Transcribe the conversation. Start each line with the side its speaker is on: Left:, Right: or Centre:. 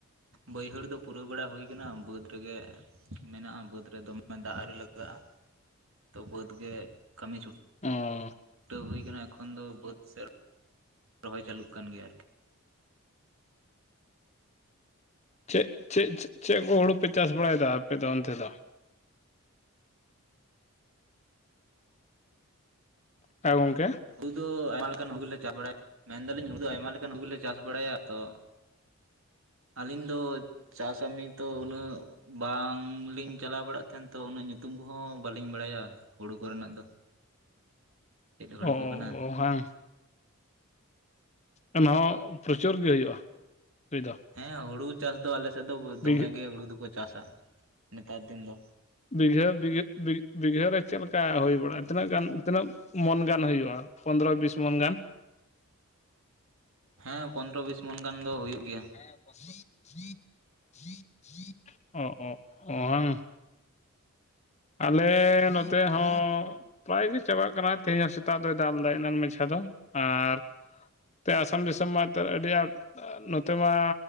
Right: ᱵᱟᱹᱭᱦᱟᱹᱲ ᱫᱚ ᱯᱩᱨᱟᱹᱣ ᱵᱟᱲᱟ ᱦᱩᱭ ᱠᱟᱱᱟ ᱵᱟᱹᱫᱽ ᱨᱮᱜᱮ ᱢᱮᱱᱟᱜᱼᱟ ᱵᱟᱹᱫᱽ ᱨᱮ ᱫᱚᱢᱮ ᱫᱟᱜ ᱟᱣᱨᱤ ᱞᱟᱜᱟᱜᱼᱟ᱾ ᱛᱚ ᱵᱟᱹᱫᱽ ᱜᱮ ᱠᱟᱢᱤ ᱪᱷᱩᱴ
Left: ᱚᱻ᱾
Right: ᱪᱷᱩᱴᱟᱹᱣ ᱦᱩᱭ ᱠᱟᱱᱟ ᱮᱠᱷᱚᱱ ᱫᱚ ᱵᱟᱹᱫᱽ ᱥᱮᱫ ᱨᱚᱦᱚᱭ ᱪᱟᱹᱞᱩᱜ ᱠᱟᱱ ᱜᱮᱭᱟ ᱟᱨᱠᱤ᱾
Left: ᱪᱮᱫ ᱪᱮᱫ ᱪᱮᱫ ᱠᱚ ᱦᱩᱲᱩ ᱯᱮ ᱪᱟᱥ ᱵᱟᱲᱟᱭ ᱫᱟ ᱟᱯᱮ ᱫᱚ ᱚᱱᱛᱮ ᱫᱚ? ᱦᱮ ᱜᱚᱝᱠᱮ
Right: ᱦᱩᱲᱩ ᱫᱚ ᱟᱭᱢᱟ ᱞᱮᱠᱟᱱ ᱦᱩᱲᱩ ᱞᱮ ᱪᱟᱥ ᱵᱟᱲᱟᱭᱟ ᱢᱮᱱ ᱫᱟᱞᱤᱧ ᱦᱩᱲᱩ ᱫᱚ ᱟᱭᱢᱟ ᱞᱮᱠᱟᱱ ᱦᱩᱲᱩ ᱞᱮ ᱪᱟᱥ ᱵᱟᱲᱟᱭᱟ ᱛᱚ ᱟᱞᱤᱧ ᱫᱚ ᱪᱟᱥᱟᱢᱤ ᱫᱚ ᱩᱱᱟᱹᱜ ᱵᱟᱝᱞᱤᱧ ᱪᱟᱞᱟᱣ ᱵᱟᱲᱟᱜ ᱛᱟᱦᱮᱱ ᱛᱚ ᱩᱱᱟᱹᱜ ᱧᱩᱛᱩᱢ ᱠᱚᱦᱚᱸ ᱵᱟᱞᱤᱧ ᱵᱟᱲᱟᱭᱟ ᱦᱩᱲᱩ ᱠᱚᱨᱮᱱᱟᱜ ᱫᱚ᱾ ᱪᱮᱫ ᱦᱩᱲᱩ
Left: ᱳ
Right: ᱠᱚ ᱠᱟᱱᱟ
Left: ᱳ ᱦᱮᱸ᱾ ᱮᱱᱦᱚᱸ ᱯᱨᱚᱪᱩᱨ ᱜᱮ ᱦᱩᱭᱩᱜᱼᱟ ᱦᱩᱭ ᱫᱚ᱾
Right: ᱦᱮᱸ ᱦᱩᱲᱩ ᱪᱟᱥ ᱫᱚ ᱟᱞᱮ ᱥᱮᱫ ᱫᱚ ᱫᱚᱢᱮ
Left: ᱵᱤᱜᱷᱟᱹ
Right: ᱜᱮ ᱦᱩᱲᱩ ᱫᱚᱠᱚ ᱪᱟᱥᱟ ᱱᱮᱛᱟᱨ ᱫᱤᱱ ᱫᱚ᱾
Left: ᱵᱤᱜᱷᱟᱹ ᱵᱤᱜᱷᱟᱹ ᱵᱤᱜᱷᱟᱹ ᱨᱮ ᱪᱮᱫ ᱞᱮᱠᱟ ᱦᱩᱭ ᱵᱟᱲᱟᱜᱼᱟ ᱛᱤᱱᱟᱹᱜ ᱜᱟᱱ ᱛᱤᱱᱟᱹᱜᱼᱼ ᱢᱚᱱ ᱜᱟᱱ ᱦᱩᱭᱩᱜᱼᱟ ᱯᱚᱱᱨᱚ ᱵᱤᱥ ᱢᱚᱱ ᱜᱟᱱ᱾
Right: ᱦᱮᱸ ᱯᱚᱱᱨᱚ ᱵᱤᱥ ᱢᱚᱱ ᱜᱟᱱ ᱫᱚ ᱦᱩᱭᱩᱜ ᱜᱮᱭᱟ᱾
Left: <inaudible> ᱚ ᱚ ᱚ ᱦᱟᱝ᱾ ᱟᱞᱮ ᱱᱚᱛᱮ ᱦᱚᱸ ᱯᱨᱟᱭ ᱜᱮ ᱪᱟᱵᱟᱜ ᱠᱟᱱᱟ ᱛᱮᱦᱤᱧ ᱦᱚᱸ ᱥᱮᱛᱟᱜ ᱫᱚᱭ ᱫᱟᱞ ᱞᱮᱫᱟ ᱮᱱᱟᱱ ᱢᱟᱪᱷᱟ ᱫᱚ ᱟᱨ ᱚᱱᱛᱮ ᱟᱥᱟᱢ ᱫᱤᱥᱚᱢ ᱢᱟ ᱮᱱᱛᱮ ᱟᱹᱰᱤ ᱟᱸᱴ ᱱᱚᱛᱮ ᱢᱟ